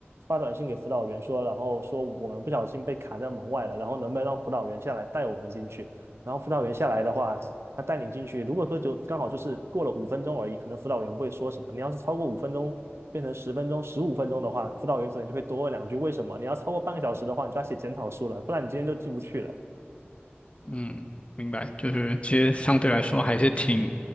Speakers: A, on the right; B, on the left.
A: 发短信给辅导员说，然后说我们不小心被卡在门外了，然后能不能让辅导员下来带我们进去？然后辅导员下来的话，他带你进去，如果说就刚好就是过了五分钟而已，可能辅导员不会说什么。你要是超过五分钟变成十分钟、十五分钟的话，辅导员可能就会多问两句为什么。你要超过半个小时的话，你就要写检讨书了，不然你今天就进不去了。
B: <laughs> 嗯，明白，就是其实相对来说还是挺